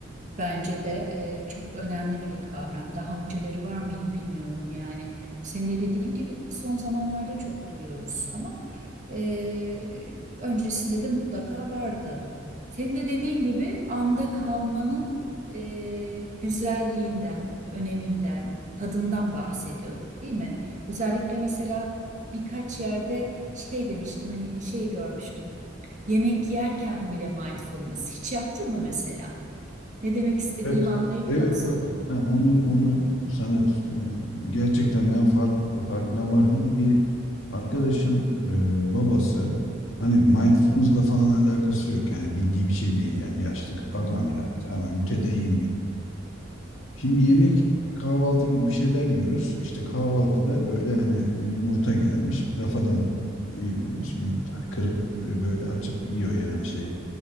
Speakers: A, on the right (about 40°); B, on the left (about 85°).
A: bence de e, çok önemli bir kavram. Daha önceleri var mıydı bilmiyorum yani. Senin de dediğin gibi son zamanlarda çok duyuyoruz ama e, öncesinde de mutlaka vardı. Senin de dediğin gibi anda kalmanın e, güzelliğinden, öneminden, tadından bahsediyor değil mi? Özellikle mesela birkaç yerde şey demiştim hani şey görmüştüm. Yemek yerken bile mindfulness. Hiç yaptın mı mesela? Ne demek istediğimi
B: Evet.
A: anlayabiliyor
B: Evet
A: musun?
B: Hakan. Ben onu onu sana e, gerçekten ben fark farkına vardım. Bir arkadaşın e, babası hani mindfulness'la
A: Hı hı.
B: falan alakası yok. Yani bildiği bir şey değil yani yaşlı adam
A: Hı hı.
B: yani tamamen mütedeyyin bir. Şimdi yemek
A: Hı hı. Hı hı.
B: kahvaltı gibi bir şeyler yiyoruz. İşte kahvaltıda böyle hani yumurta gelmiş rafadan e,
A: Hı hı.
B: yumurta hani kırıp e, böyle açıp yiyor yani şey